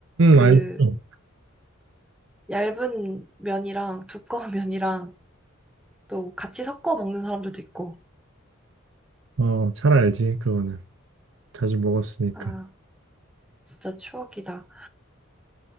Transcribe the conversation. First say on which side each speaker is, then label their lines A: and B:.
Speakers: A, in the centre; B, on the right.
A: 그
B: 알지
A: 얇은 면이랑 두꺼운 <laughs> 면이랑 또 같이 섞어 먹는 사람들도 있고.
B: 어잘 알지 그거는 자주 먹었으니까
A: 아, 진짜 추억이다.